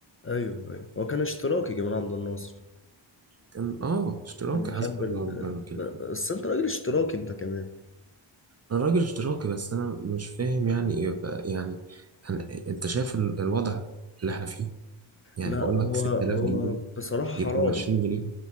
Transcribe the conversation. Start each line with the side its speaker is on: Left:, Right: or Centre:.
Left: ايوه ايوه هو كان اشتراكي جمال عبد الناصر
Right: كان آه اشتراكي
Left: كان بيحب
Right: حسب الله
Left: ال...
Right: ونعم الوكيل
Left: ب-
Right: فيه
Left: بس انت راجل اشتراكي انت كمان
Right: أنا راجل اشتراكي بس أنا مش فاهم يعني إيه بقى يعني أنا أنت شايف ال- الوضع اللي إحنا فيه يعني
Left: لا
Right: بقول
Left: هو
Right: لك 6000
Left: هو
Right: جنيه
Left: بصراحة حرام
Right: يبقوا ب 20 جنيه